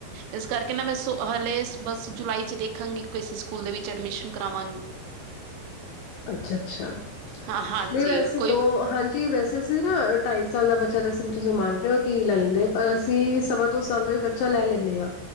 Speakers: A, on the right; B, on the left.
A: ਇਸ ਕਰਕੇ ਨਾ ਮੈਂ ਸ ਹਲੇ ਬਸ ਜੁਲਾਈ ਚ ਦੇਖ ਦੇਖਾਂਗੇ ਕਿਸੇ ਸਕੂਲ ਦੇ ਵਿੱਚ ਐਡਮਿਸ਼ਨ ਕਰਾਵਾਂਗੇ
B: ਅੱਛਾ ਅੱਛਾ
A: ਹਾਂ ਹਾਂਜੀ
B: ਨਹੀਂ ਵੈਸੇ
A: ਕੋਈ
B: ਦੋ ਹਾਂਜੀ ਵੈਸੇ ਅਸੀਂ ਨਾ ਢਾਈ ਸਾਲ ਦਾ ਬੱਚਾ ਜਸੀਂ ਤੁਸੀਂ ਮੰਨ ਰਹੇ ਹੋ ਕੀ ਲੈ ਲੈਂਦੇ ਪਰ ਅਸੀਂ ਸਵਾ ਦੋ ਸਾਲ ਦਾ ਵੀ ਬੱਚਾ ਲੈ ਲੈਂਦੇ ਹਾਂ